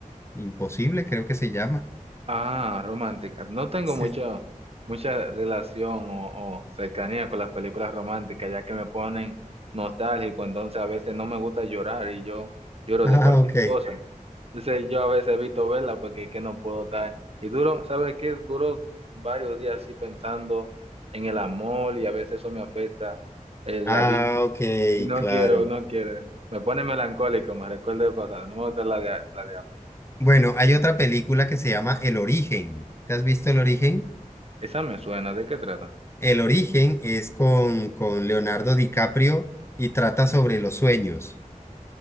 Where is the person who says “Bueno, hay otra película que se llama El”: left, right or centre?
Left